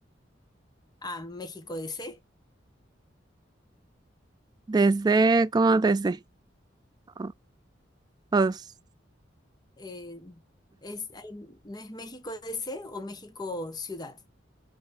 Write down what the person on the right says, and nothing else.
DC, ¿cómo DC? O- os-